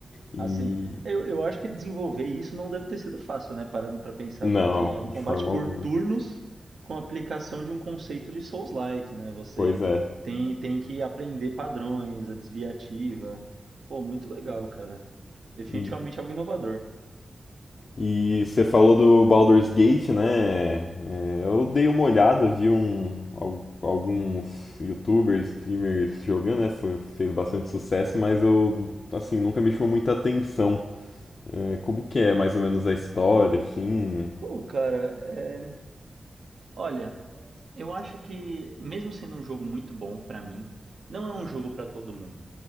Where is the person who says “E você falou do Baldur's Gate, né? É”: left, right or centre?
Left